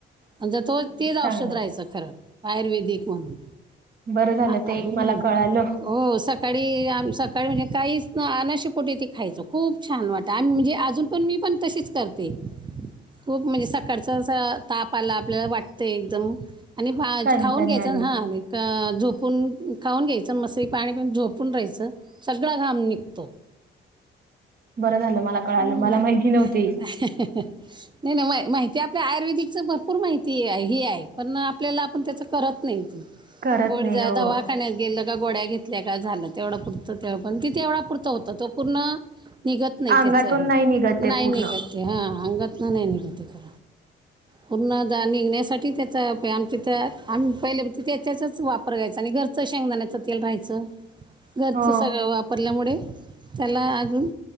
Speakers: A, on the right (about 25°); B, on the right (about 50°).
A: आणिंत तो तेच
B: चांगलं
A: औषध राहायचं खरं आयुर्वेदिक म्हणून
B: बरं झालं
A: आ-
B: ते
A: हं.
B: एक मला कळालं
A: हो सकाळी आम सका काय म्हणजे काहीच ना अनाशेपोटे तेे खायचो खूप छान वाटतं आमही म्हणजे अजून पण मी पण तशीच करतो ते खूप म्हणजे सकाळचा ताप आला आपल्याला वाटत एकदम आणि बा
B: कानकानी
A: खाऊन घ्यायचं
B: आली
A: हा क झोपून खाऊन घ्यायचं मसरी पाणी पि झोपून राहायचं सगळां घाम निघतो
B: बरं झालं मला कळालं
A: हम्
B: मला माहिती नव्हती
A: नाही नाही मा माहिती आपल्या आयुर्वेदिकच भरपूर माहिती हे आहे पण आपल्याला आपण त्याचं करत नाही
B: करत
A: गोड
B: नाही
A: जा
B: हो
A: दवाखान्यात गे गोड्या घेतल्या का झालं तेवढा पुरत पण तेवढा पुरत होत तो पूर्ण निघत नाही
B: अंगातून
A: त्याचही
B: नाही निघत
A: नाही
B: ते पूर्ण
A: नाही का ते हा अंगात ना नाही निघ ते ख पूर्णदा निघण्यासाठी त्याचा प आमच्या त्या आम पहिले त्या त्याचाच वापर घ्यायचा आणि घर च शेंगदाण्याचं तेल राहायचं घरचं
B: हो
A: सगळं वापरल्यामुळे त्याला अजून